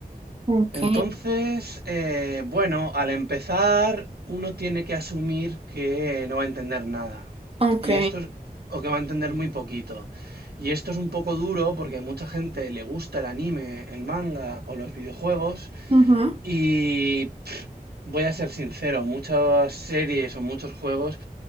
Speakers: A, on the right; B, on the right.
A: Ok.
B: Entonces, eh, bueno, al empezar uno tiene que asumir que no va a entender nada.
A: Ok.
B: Y esto es, o que va a entender muy poquito. Y esto es un poco duro porque a mucha gente le gusta el anime, el manga o los videojuegos.
A: Ujú.
B: Y pff, voy a ser sincero, muchas series o muchos juegos